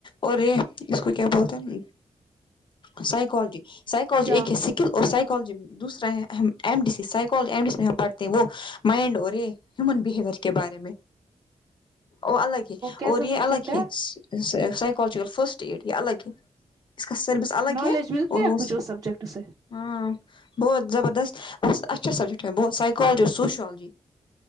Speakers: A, on the left; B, on the right.
A: اور یہ اس کو کیا بولتے ہیں سائیکالوجی سائیکالوجی
B: کیا
A: ایک ہے اسکل اور سائیکالوجی دوسرا ہے M D C psychology M D C میں ہم پڑھتے ہیں وہ مائنڈ اورے ہیومن بیہیویئر کے بارے میں وہ الگ ہی
B: کیسا
A: اور یہ
B: سبجیکٹ
A: الگ
B: ہے
A: ہی سائیکالوجیکل فسٹ ایڈ یہ الگ ہے اس کا سربس الگ
B: نالج
A: ہے
B: ملتی
A: اور
B: ہے
A: وہ
B: کچھ اس سبجیکٹ سے
A: ہاں بہت زبردست بہت اچھا سبجیکٹ ہے بہت سائیکالوجی اور سوشیالوجی